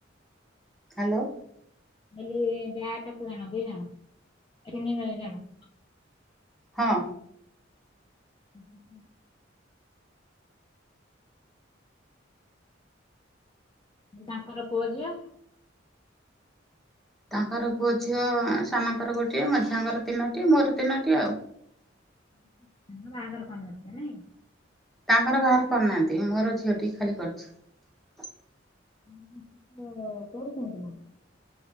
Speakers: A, in the centre; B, on the left (about 25°).
A: ହାଲୋ।
B: <unintelligible> ଯା କେତେ ଜଣ ଦି ଜଣ? ତିନି ଭାଇ ଜଣ
A: ହଁ।
B: <unintelligible> ତାଙ୍କର ପୁଅ ଝିଅ?
A: ତାଙ୍କର ପୁଅ ଝିଅ ସାନଙ୍କର ଗୋଟିଏ, ମଝିଆଙ୍କର ତିନୋଟି, ମୋର ତିନୋଟି ଆଉ।
B: <unintelligible> ବାହାଘର କରନଥିବେ ନାଇଁ?
A: ତାଙ୍କର ବାହାଘର କରିନାହାନ୍ତି। ମୋର ଝିଅଟି ଖାଲି କରିଛି।
B: <unintelligible> ର କୋଉଠୁ କିଣିଥିଲ?